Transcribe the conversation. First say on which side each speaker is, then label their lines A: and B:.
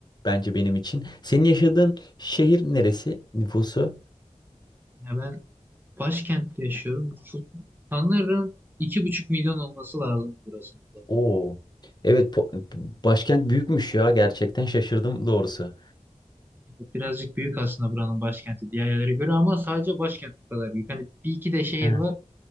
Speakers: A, on the left (about 35°); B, on the right (about 15°).
A: bence benim için. Senin yaşadığın şehir neresi nüfusu?
B: Ya ben başkentte yaşıyorum. Su- Sanırım iki buçuk milyon olması lazım burasında.
A: Oo. Evet, po- başkent büyükmüş ya gerçekten şaşırdım doğrusu.
B: Evet, Birazcık büyük aslında buranın başkenti diğer yerlere göre ama sadece başkent bu kadar büyük. Hani bir iki de şehir
A: He,
B: var.